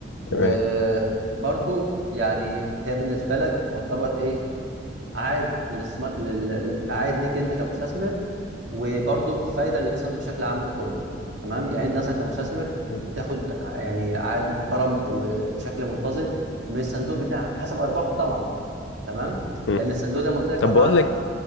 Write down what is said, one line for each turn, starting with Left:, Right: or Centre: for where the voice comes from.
Left: تمام
Right: وبرده يعني هي بالنسبه لك تعتبر ايه عائد للاستثمار لل... لل- عائد ليك انت كمستثمر وبرضه فايده للاقتصاد بشكل عام ككل تمام يعني انت مثلا كمستثمر
Left: مم.
Right: بتاخد يعني عائد محترم وبشكل منتظم من الصندوق بتاعك حسب ارباحه طبعا تمام
Left: مم.
Right: لان الصندوق زي ما قلت لك
Left: طب
Right: هو عباره
Left: بقول
Right: عن اسهم
Left: لك